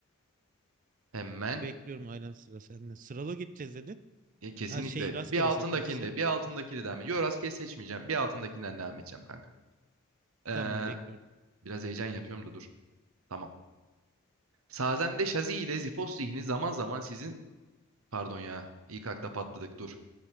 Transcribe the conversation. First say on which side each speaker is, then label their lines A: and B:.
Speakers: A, on the right; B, on the right.
A: Hemen
B: Bekliyorum aynen sıra sende. Sıralı gideceğiz dedin.
A: E, kesinlikle
B: Ha şey rastgele
A: bir altındakinde
B: seçeceksin.
A: bir altındakini devam ediyorum. Yo rastgele seçmeyeceğim. Bir altındakinden devam edeceğim kanka. E,
B: Tamam bekliyorum.
A: biraz heyecan yapıyorum da dur. Tamam. Sazen'de Şazi ile Zipos zihni zaman zaman sizin... Pardon ya. İlk akta patladık. Dur.